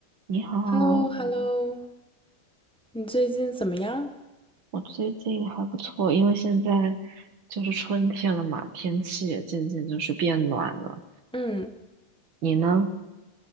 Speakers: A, on the right; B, in the centre.
A: 你好，
B: h e l l o h e l l o 你最近怎么样？
A: 我最近还不错，因为现在就是春天了嘛，天气也渐渐就是变暖了。
B: 嗯，
A: 你呢？